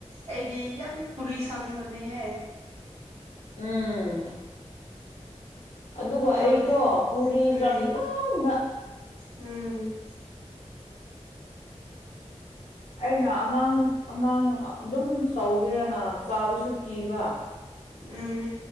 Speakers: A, on the right; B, on the left.
A: ꯑꯩꯗꯤ ꯌꯥꯝ ꯄꯨꯔꯤ ꯁꯥꯅꯤꯡꯕꯅꯦꯍꯦ
B: ꯎꯝ ꯑꯗꯨꯒ
A: ꯄꯨꯔ
B: ꯑꯩꯀꯣ ꯕꯨꯔꯤ
A: ꯎꯝ
B: ꯆꯥꯅꯤꯡ ꯌꯥꯝꯕ
A: ꯎꯝ
B: ꯑꯩꯅ ꯑꯉꯥꯡ ꯑꯉꯥꯡ ꯑꯗꯨꯝ ꯆꯧꯒꯦꯔꯅ ꯆꯥꯕꯁꯨ ꯀꯤꯕ
A: ꯎꯝ